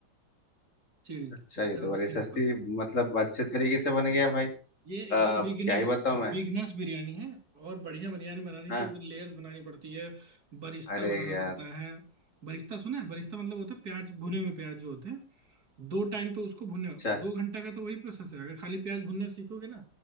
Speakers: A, on the right; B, on the left.
A: चिल्ड
B: अच्छा
A: एकदम
B: ये तो बड़ी
A: सिंपल
B: सस्ती मतलब अच्छे तरीके से बन गया भाई
A: ये
B: अ,
A: एकदम
B: अब
A: बिगिनर्स
B: क्या ही बताऊं मैं
A: बिगिनर्स बिरयानी है और बढ़िया बिरयानी बनानी तो,
B: हाँ
A: तो लेयर्स बनानी पड़ती है बरिस्ता
B: अरे
A: बनाना
B: यार
A: पड़ता है बरिस्ता सुना है बरिस्ता मतलब होता है प्याज भुने हुए प्याज जो होते हैं दो टाइम तो उसको भुने
B: अच्छा
A: दो घंटा का तो वही प्रोसेस है अगर खाली प्याज भुनना सीखोगे ना